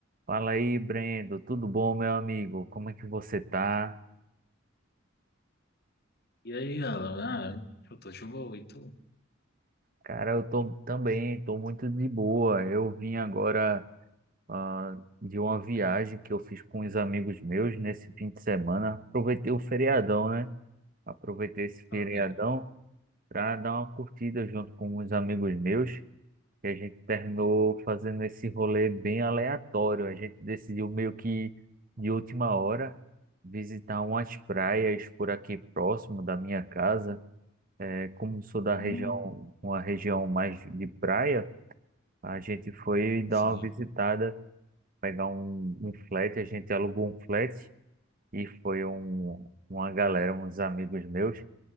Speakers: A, on the right; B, on the left.
A: Fala aí, Brendo. Tudo bom, meu amigo? Como é que você tá?
B: E aí, Alan? Ah, eu tô de boa, e tu?
A: Cara, eu tô também, tô muito de boa. Eu vim agora ah, de uma viagem que eu fiz com uns amigos meus nesse fim de semana. Aproveitei o feriadão, né? Aproveitei esse feriadão
B: Ah, né?
A: para dar uma curtida junto com uns amigos meus. E a gente terminou fazendo esse rolê bem aleatório. A gente decidiu meio que de última hora visitar umas praias por aqui próximo da minha casa. É, Como sou da
B: Hum,
A: região, uma região mais de praia, a gente foi dar
B: sim.
A: uma visitada, pegar um, um flat, a gente alugou um flat e foi um, uma galera, uns amigos meus,